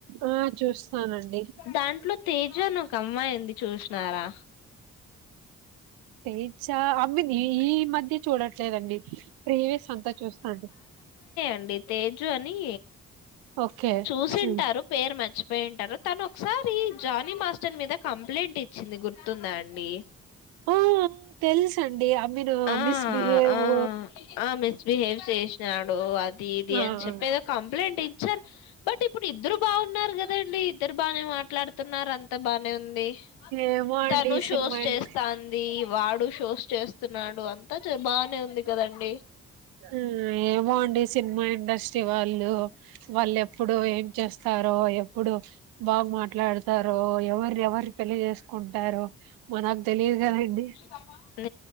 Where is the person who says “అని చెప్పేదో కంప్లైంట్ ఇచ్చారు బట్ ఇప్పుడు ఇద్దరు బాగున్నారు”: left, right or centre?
Left